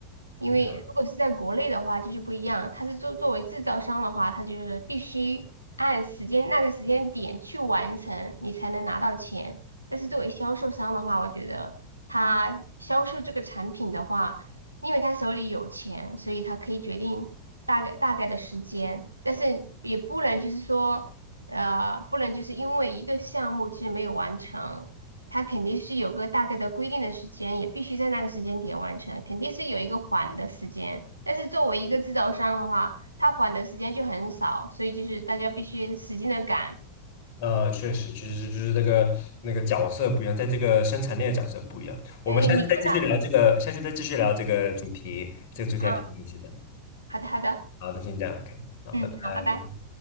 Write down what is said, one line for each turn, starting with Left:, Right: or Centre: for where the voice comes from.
Right: 因为如果是在国内的话，
Left: 嗯，
Right: 就是不一样，它是作作为制造商的话，它就是必须按时间那个时间点去完成，你才能拿到钱。但是作为销售商的话，我觉得他销售这个产品的话。因为他手里有钱，所以他可以决定大概大概的时间，但是也不能就是说，呃，不能就是因为一个项目就是没有完成，他肯定是有个大概的规定的时间，也必须在那个时间点完成，肯定是有一个缓的时间。但是作为一个制造商的话，他缓的时间就很少，所以就是大家必须使劲的赶。
Left: 呃，确实，其实就是那个那个角色不一样，在这个生产链的角色不一样。我们下次再继续聊这个，
Right: 对，你看到，
Left: 下次再继续聊这个主题，这个主题还挺有意思的。
Right: 嗯，好的好的，
Left: 好，那先这样，OK，好，
Right: 嗯，
Left: 拜拜。
Right: 好，拜拜。